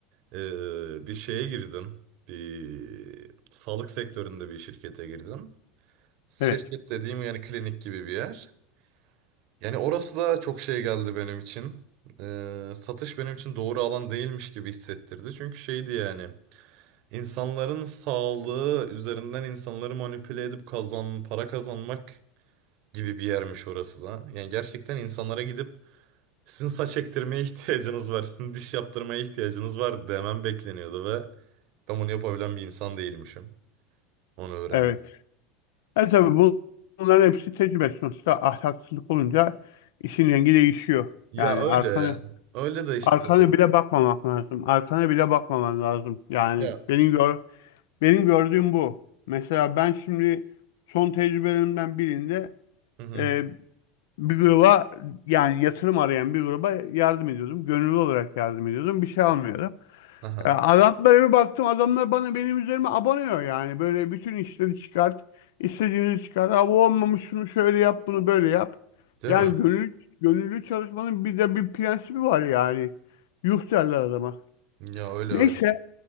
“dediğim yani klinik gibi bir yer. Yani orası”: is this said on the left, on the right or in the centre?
Right